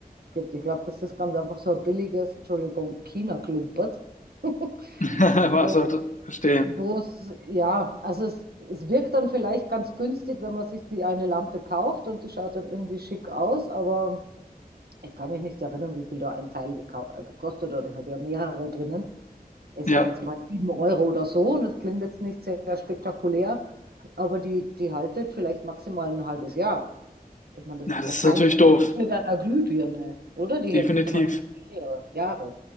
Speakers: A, on the right; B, on the left.
A: gibt. Ich glaube, das ist ganz einfach so ein billiges, Entschuldigung, China-Klumpert. <laughs>
B: <laughs> was
A: äh,
B: heute? Verstehe.
A: Wo es, ja, also es, es wirkt dann vielleicht ganz günstig, wenn man sich die eine Lampe kauft und die schaut dann irgendwie schick aus, aber ich kann mich nicht erinnern, wie viel da ein Teil äh, gekostet hat. Ich habe ja mehrere drinnen. Ich
B: Ja.
A: sage jetzt mal 7 Euro oder so und das klingt jetzt nicht sehr spektakulär, aber die, die haltet vielleicht maximal ein halbes Jahr. Ich meine, das
B: ja,
A: ist
B: das
A: ja kein
B: ist natürlich
A: Vergleich
B: doof.
A: mit einer Glühbirne, oder? Die hält
B: Definitiv.
A: halt mehrere Jahre.